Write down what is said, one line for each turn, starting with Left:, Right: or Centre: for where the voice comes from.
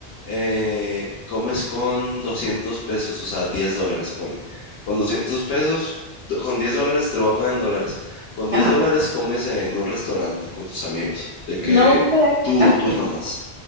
Left: eh, comes con 200 pesos, o sea, 10 dólares, ponle. Con 200
Right: ujú,
Left: pesos, do- con 10 dólares, te lo voy a poner en dólares. Con 10
Right: Ajá.
Left: dólares comes en un restaurante con tus amigos, de que
Right: No, hombre,
Left: tú,
Right: aquí.
Left: tú nomás.